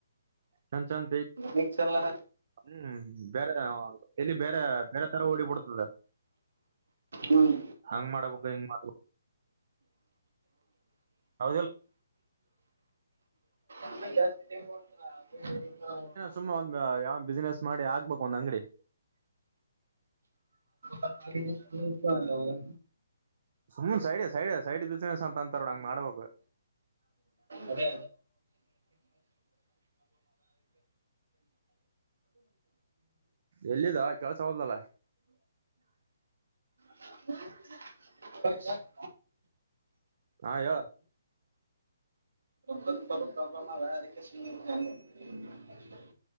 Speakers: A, on the right; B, on the right.
A: ಚಂದ ಚಂದ
B: ಮಿಕ್ಸ್ ಎಲ್ಲ
A: ಹ್ಮ್ ಬೇರೆ ಇಲ್ಲಿ ಬೇರೆ ಬೇರೆ ತರ ಓಡಿಬಿಡ್ತದೆ
B: ಹ್ಮ್
A: ಹಂಗ್ ಮಾಡ್ಬೇಕು ಇಂಗ್ ಮಾಡ್ಬೇಕು ಹೌದಲ್ಲ
B: <unintelligible>
A: ಸುಮ್ಮಾ ಒಂದ್ ಯಾವ್ ಬಿಸ್ನೆಸ್ ಮಾಡಿ ಆಕ್ಬೇಕು ಒಂದ ಅಂಗಡಿ
B: <unintelligible>
A: ಸುಮ್ನೆ ಸೈಡ್ ಸೈಡ್ ಸೈಡ್ ಬಿಸ್ನೆಸ್ ಅಂತ ಅಂತಾರಲ್ಲಹಂಗ್ ಮಾಡ್ಬೇಕು
B: ಅದೇ
A: ಎಲ್ಲಿದ ಕೆಲ್ಸ ಹೋದಲ್ಲ
B: <unintelligible> <unintelligible> <unintelligible>
A: ಹಾ ಹೇಳು
B: ರೊಕ್ಕದ್ ಬಲು ಪ್ರಾಬ್ಲೆಮ್ ಅದ ಅದಕ್ಕೆ ಸುಮ್ನೆ <unintelligible>